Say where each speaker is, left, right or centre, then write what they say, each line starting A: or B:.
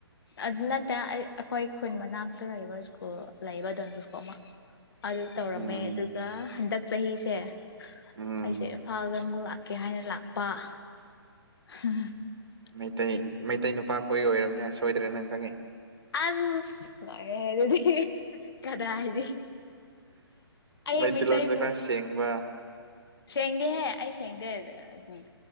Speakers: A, on the left; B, on the right.
A: ꯑꯗꯨ ꯅ ꯇ ꯑꯩꯈꯣꯏ ꯑꯩꯈꯣꯏꯟ ꯃꯅꯥꯛꯇ ꯂꯩꯕ ꯁ꯭ꯀꯨꯜ ꯂꯩꯕ ꯑꯗꯨꯀꯨ ꯑꯃ ꯑꯗꯨ ꯇꯧꯔꯝꯃꯦ
B: ꯎꯝ
A: ꯑꯗꯨꯒ ꯍꯟꯗꯛ ꯁꯍꯤꯁꯦ
B: ꯎꯝ
A: ꯑꯩꯁꯦ ꯐꯥꯎꯗ ꯅꯕꯨ ꯂꯥꯛꯀꯦ ꯍꯥꯏꯅ ꯂꯥꯛꯄ ꯑ
B: ꯃꯩꯇꯩ ꯃꯩꯇꯩ ꯅꯨꯄꯥꯛ ꯑꯩꯣꯏ ꯑꯣꯏꯔꯕꯝꯅꯦ ꯁꯣꯏꯗ꯭ꯔꯦ ꯅꯪ ꯈꯪꯉꯦ
A: ꯑ ꯂꯦ ꯑꯗꯨꯗꯤ ꯀꯗꯥ ꯍꯥꯏꯅꯤ ꯑꯩ
B: ꯃꯩꯇꯩꯂꯣꯟꯁꯨ
A: ꯃꯩꯇꯩꯕꯨ
B: ꯈꯔ ꯁꯦꯡꯕ
A: ꯁꯦꯡꯦꯡꯗꯦ ꯍꯦ ꯑꯩ ꯁꯦꯡꯗꯦ ꯎꯝ